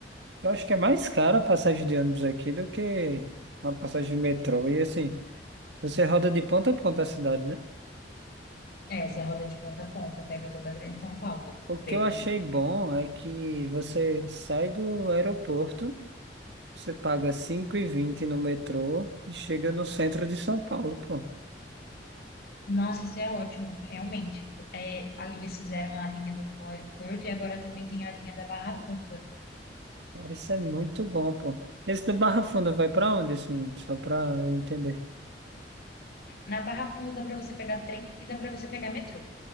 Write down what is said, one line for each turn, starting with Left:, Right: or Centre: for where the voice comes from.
Right: Eu acho que é mais cara a passagem de ônibus aqui do que a passagem de metrô. E assim, você roda de ponta a ponta a cidade, né?
Left: É, você roda de ponta a ponta, pega toda a Grande São Paulo, é
Right: O que
Left: bem
Right: eu achei bom é que você sai do aeroporto, você paga cinco e vinte no metrô e chega no centro de São Paulo, pô.
Left: Nossa, isso é ótimo, realmente. É, a- eles fizeram a linha do aeroporto e agora também tem a linha da Barra Funda.
Right: Cara, isso é muito bom, pô. Esse do Barra Funda vai pra onde, assim? Só pra eu entender.
Left: Na Barra Funda dá para você pegar trem e dá para você pegar metrô.